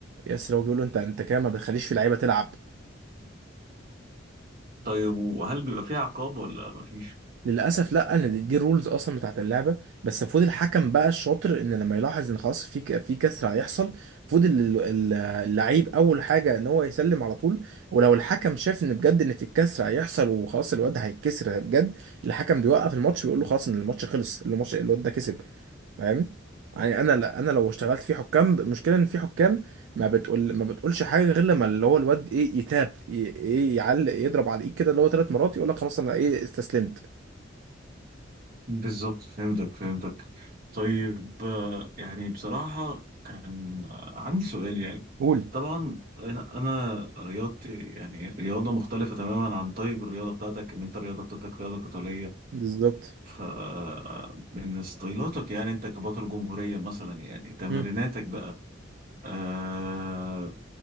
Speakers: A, on the right; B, on the right.
A: يا اسطى هو بيقول له انت انت كده ما بتخليش في لعيبة تلعب
B: طيب وهل بيبقى فيه عقاب ولا مفيش؟
A: للاسف لا ان دي الرولز اصلا بتاعت اللعبه بس المفروض الحكم بقى الشاطر ان لما يلاحظ ان خلاص في ك- في كسر هيحصل المفروض ال- ال- اللعيب اول حاجه ان هو يسلم على طول ولو الحكم شاف ان بجد ان في الكسر هيحصل وخلاص الواد هيتكسر بجد الحكم بيوقف الماتش بيقول له خلاص ان الماتش خلص الماتش الواد ده كسب فاهم يعني انا لا انا لو اشتغلت في حكام المشكله ان في حكام ما بتقول ما بتقولش حاجه غير لما اللي هو الواد ايه يتاب ي- ايه يعلق يضرب على الايد كده اللي هو ثلاث مرات يقول لك خلاص انا ايه استسلمت
B: بالظبط فهمتك فهمتك طيب آه، يعني بصراحة كان آه، عندي سؤال يعني
A: قول
B: طبعا أنا أنا رياضتي يعني رياضة مختلفة تماما عن طيب الرياضة بتاعتك إن أنت الرياضة بتاعتك رياضة قتالية
A: بالظبط
B: فمن ستايلاتك يعني أنت كبطل جمهورية مثلا يعني تمريناتك
A: مم.
B: بقى آه،